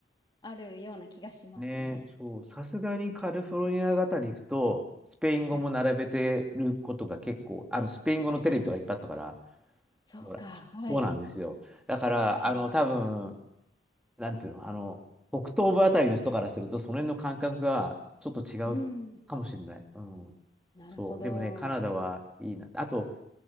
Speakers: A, on the left; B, in the centre.
A: あるような気がしますね。
B: ねえ、そう。さすがにカリフォルニアあたり行くと、スペイン語も並べてることが結構、
A: はい。
B: あの、スペイン語のテレビとかいっぱいあったから、
A: そうか、
B: ほら、
A: はい。
B: そうなんですよ。だから、
A: あ
B: あの、多分、なんていうの、あの、北東部あたりの人からすると、その辺の感覚がちょっと違うかもしれない。
A: うん。
B: うん。
A: なるほど。
B: そう。でもね、カナダはいいな。あと